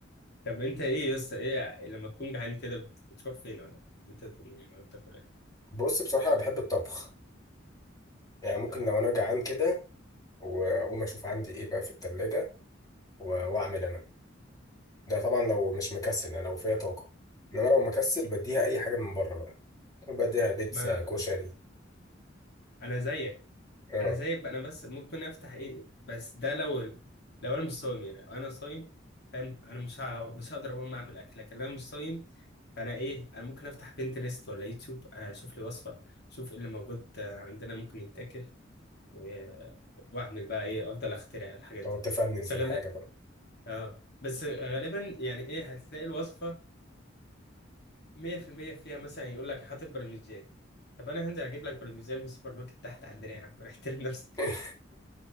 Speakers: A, on the left; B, on the left.
A: طب انت ايه يا اسطى ايه لما تكون جعان كده بت- بتروح فين ولا بتطلب منين ولا بتاكل ايه؟
B: بص بصراحة أنا بحب الطبخ يعني ممكن
A: آه.
B: لو أنا جعان كده وأقوم أشوف عندي إيه بقى في التلاجة و- وأعمل أنا ده طبعا لو مش مكسل أنا لو فيا طاقة إنما لو مكسل بديها أي حاجة من بره بقى بديها بيتزا
A: ما
B: كشري
A: انا زيك
B: أه
A: انا زيك بقى، انا بس ممكن افتح ايه بس ده لو لو انا مش صايم يعني لو انا صايم فاهم انا مش ه- مش هقدر اقوم اعمل اكل لكن لو انا مش صايم فانا ايه انا ممكن افتح بنترست ولا يوتيوب آه، اشوف لي وصفه اشوف ايه اللي موجود آه، عندنا ممكن يتاكل و- واعمل بقى ايه افضل اخترع الحاجات
B: تقعد
A: دي
B: تفنن
A: بس
B: في
A: غال-
B: الحاجة بقى
A: اه بس غالبا يعني ايه هتلاقي الوصفه مية في المية فيها مثلا يقول لك حاطط برمجيات طب انا هنزل اجيب لك برمجيات من السوبر ماركت تحت عندنا يا عم <laughs> احترم نفسك
B: <laughs>